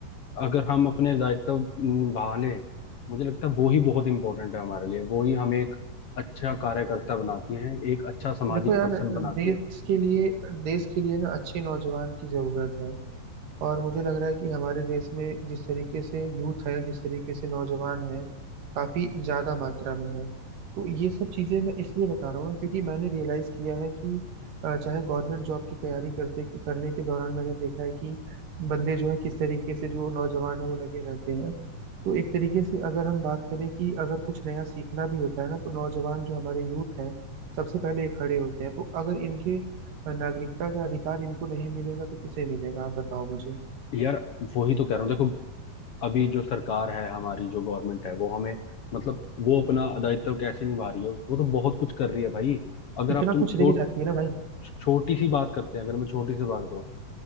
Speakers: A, on the left; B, on the right.
A: अगर हम अपने दायित्व निभा लें मुझे लगता है वो ही बहुत इंपॉर्टेंट है हमारे लिए वो ही हमें एक अच्छा कार्यकर्ता बनाती है एक अच्छा सामाजिक
B: देखो यार
A: पर्सन बनाती
B: देश
A: है
B: के लिए देश के लिए ना अच्छे नौजवान की ज़रूरत है और मुझे लग रहा है कि हमारे देश में जिस तरीके से यूथ है जिस तरीके से नौजवान है काफी ज्यादा मात्रा में है तो ये सब चीजें मैं इसलिए बता रहा हूँ क्योंकि मैंने रियलाइज किया है कि अ, चाहे गवर्नमेंट जॉब की तैयारी करते करने के दौरान मैंने देखा है कि बंदे जो है किस तरीके से जो नौजवान है वो लगे रहते हैं तो एक तरीके से अगर हम बात करें कि अगर कुछ नया सीखना भी होता है ना तो नौजवान जो हमारे यूथ हैं सबसे पहले ये खड़े होते हैं तो अगर इनके नागरिकता का अधिकार इनको नहीं मिलेगा तो किसे मिलेगा आप बताओ मुझे
A: यार वो ही तो कह रहा हूँ देखो अभी जो सरकार है हमारी जो गवर्नमेंट है वो हमें मतलब वो अपना दायित्व कैसे निभा रही है वो तो बहुत कुछ कर रही है भाई अगर
B: इतना
A: आप तुम
B: कुछ दे
A: छोट
B: के जाती है ना भाई
A: छोटी सी बात करते हैं अगर मैं छोटी सी बात करूं